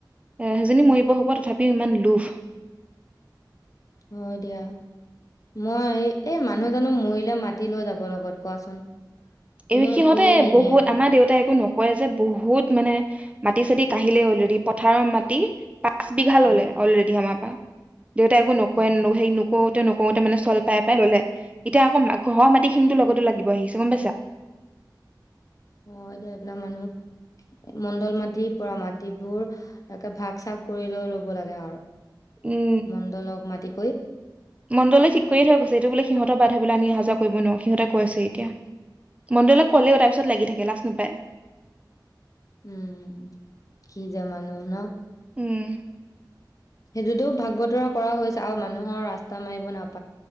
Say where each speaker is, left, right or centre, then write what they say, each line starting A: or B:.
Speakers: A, on the right; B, on the left.
A: এ সেইজনী মৰিব হ'ব তথাপিও ইমান লোভ
B: হয় দিয়া মই এই মানুহজানো মৰিলে মাতি লৈ যাব লগত কোৱাচোন কোনেও
A: এই সিহঁতে
B: একোৱে নিনিয়ে।
A: বহুত আমাৰ দেউতাই একো নক ক ই যে বহুত মানে মাটি চাটি কিহিলে আলৰেডি পথাৰৰ মাটি পাঁচ বিঘা
B: উম,
A: ললে অলৰেডি আমাৰ পৰা দেউতাই একো নকয়
B: উম।
A: সেৰি নকোতে নকোতে মানে চল পাই পাই ললে এতিয়া আকৌ ঘৰৰ মাটি খিনি লগতো লাগিব আহিছে গম পাইছা
B: অ এতিয়া এইবিলাক মানুহ মণ্ডল মাতি পুৰা মাটিবোৰ একে ভাগ চাগ কৰি লৈ ল'ব লাগে আৰু
A: উম
B: মণ্ডলক মাতি কৰি।
A: মণ্ডলৈ ঠিক কৰিয়ে থৈ গৈছে এইটো বোলে সিহঁতৰ বাট সেইফালে আমি অহা যোৱা কৰিব নোৱাৰো সিহঁতে কৈ আছে এতিয়া মণ্ডলে ক'লেও তাৰ পিছত লাগি থাকে লাজ নাপায়
B: উম কি যে মানুহ ন
A: উম
B: সেইটোতো ভাগ বতৰা কৰা হৈছে আৰু মানুহৰ ৰাস্তা মাৰিব নাপ